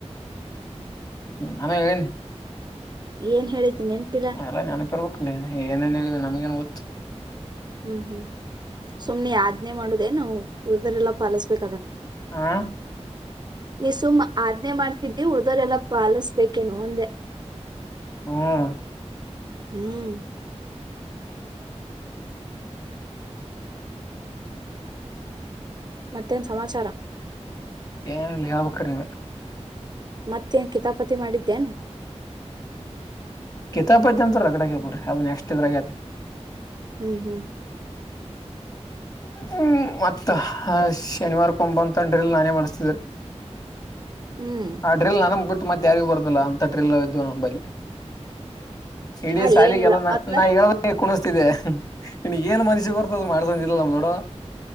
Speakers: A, on the left (about 35°); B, on the right (about 40°).
A: ಹ್ಮ ನಾನ ಹೇಳೇನ್.
B: ಏನ್ ಹೇಳಿದ್ದೀನೆನ್ಪಿಿಲ್ಲಾ.
A: ಅಲ್ಲ ನೆನಪಿರಬೇಕಲ್ಲ ಏನೆ ಏನೇಏ ಹೇಳಿದೆ ನಮಗೆನ್ ಗೊತ್ತು.
B: ಹ್ಮ್ ಹ್ಮ್ ಸುಮ್ನೆ ಆದ್ನೇ ಮಾಡುದೇ ನಾವು ಉಳ್ದರೆಲ್ಲಾ ಪಾಲಸ್ಬೇಕ ಅದನ.
A: ಆಾ
B: ನೀ ಸುಮ್ಮ್ ಆಜ್ಞೆ ಮಾಡ್ತಿದ್ದಿ ಉಳ್ದೋರೆಲ್ಲ ಪಾಲಿಸ್ಬೇಕೇನುೋ ಅಂದೆ.
A: ಹ್ಮ್
B: ಹ್ಮ್ ಮತ್ತೇನು ಸಮಾಚಾರ.
A: ಏನಲ್ಲಿ ಹೇಳ್ಬೇಕ್ರ ನೀವೆ.
B: ಮತ್ತೆ ನ್ ಕಿತಾಪತಿ ಮಾಡಿದ್ದೇನ್.
A: ಕಿತಪತಿ ಅಂತ ರಗಡ ಹೇಬಡ್ರಿ ಅದು ನೆಸ್ಟ್ ಇದ ರಗ.
B: ಹ್ಮ್ ಹ್ಮ್
A: ಹ್ಮ್ ಮತ್ತ ಹಾ ಶನಿವಾರ ಕೊಂಬಂಡ್ರಲ್ ನಾನೇ ಮಾಡಿಸಸ್ತಿದೆ.
B: ಹ್ಮ್
A: ಆ ್ರಲ್ ನನನ್ ಬಿಟ್ಟ ಮತ್ತ ಯಾರಿಗ ಬದಿಲ್ಲ ಅಂತ ್ರಿಲ್ ಇದ್ ನನ್ ಬಲ್ಲಿ. ಇಡೀ
B: ಅಲ್ಲೇನಿಲ್ಲ
A: ಸಾಲಿಗೆಲ್ಲ
B: ಮೊದ್ಲ
A: ನಾ ಹೇಳ. ಹ ಕುಣಿಸ್ತಿದೆೆ ನಿನ್ಗ್ ಏನ್ ಮನಾಸಿಗೆ ಬರ್ತದದು ಮಾಡ್ಸಂದಿಲ್ಲ ನಮ್ಮ ದೊಡ್ಡವ.